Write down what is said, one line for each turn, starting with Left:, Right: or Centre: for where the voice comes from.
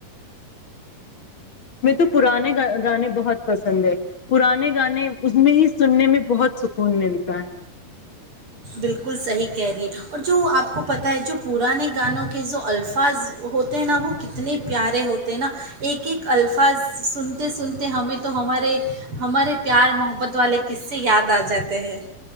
Left: ہمیں تو پرانے گانے بہت پسند ہے پرانے گانے اس میں ہی سننے میں بہت سکون ملتا ہے
Right: بالکل صحیح کہہ رہی ہے اور جو آپ کو پتہ ہے جو پرانے گانوں کے جو الفاظ ہوتے ہیں نا وہ کتنے پیارے ہوتے ہیں نا ایک ایک الفاظ سنتے سنتے ہمیں تو ہمارے ہمارے پیار محبت والے کس سے یاد آ جاتے ہیں